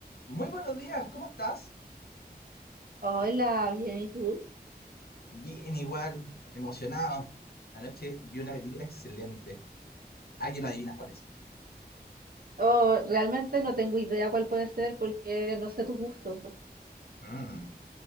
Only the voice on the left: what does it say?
Muy buenos días, ¿cómo estás?
Bien, igual, emocionado. Anoche vi una película excelente. Alguien no adivinas cuál es.
Mm.